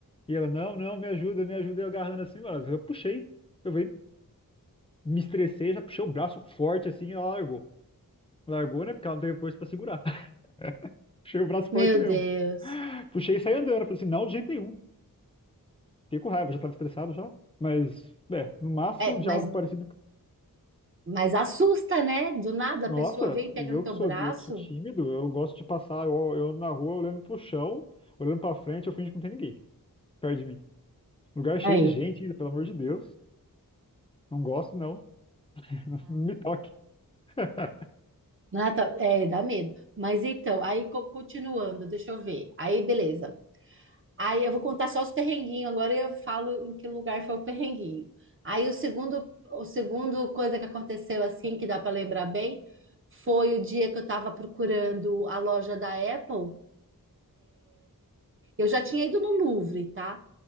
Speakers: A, on the left (about 15°); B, on the right (about 35°).
A: E ela, não, não, me ajuda, me ajuda. E eu agarrando assim, mano. Eu puxei. Eu veio, me estressei, já puxei o braço forte assim e ela largou. Largou, né? Porque ela não teve força pra segurar. <laughs> Puxei o braço
B: meu
A: forte mesmo.
B: Deus.
A: Puxei e saí andando. Eu Falei assim, não, de jeito nenhum. Fiquei com raiva, já tava estressado já. Mas, é, no máximo
B: É,
A: de
B: mas,
A: algo parecido
B: mas assusta, né? Do nada
A: Nossa,
B: a pessoa vem e pega
A: e eu
B: no teu
A: que sou,
B: braço.
A: e eu que sou tímido, eu gosto de passar, eu, eu ando na rua olhando pro chão, olhando pra frente, eu finjo que não tem ninguém perto de mim. Lugar
B: Aí.
A: cheio de gente ainda, pelo amor de Deus. Não gosto, não. <laughs> Não me toque. <laughs>
B: Ah, tá. É, dá medo. Mas então, aí co- continuando, deixa eu ver. Aí, beleza. Aí eu vou contar só os perrenguinhos, agora eu falo em que lugar foi o perrenguinho. Aí o segundo, o segundo coisa que aconteceu assim, que dá para lembrar bem, foi o dia que eu estava procurando a loja da Apple. Eu já tinha ido no Louvre, tá?